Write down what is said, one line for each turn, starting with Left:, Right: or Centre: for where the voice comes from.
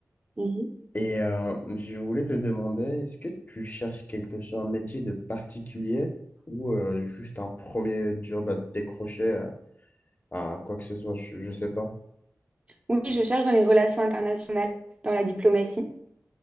Right: Mhm.
Left: Et euh, je voulais te demander, est-ce que tu cherches quelque chose, un métier de particulier ou euh, juste un premier job à te décrocher? euh, à quoi que ce soit, je, je sais pas.
Right: Oui, je cherche dans les relations internationales, dans la diplomatie.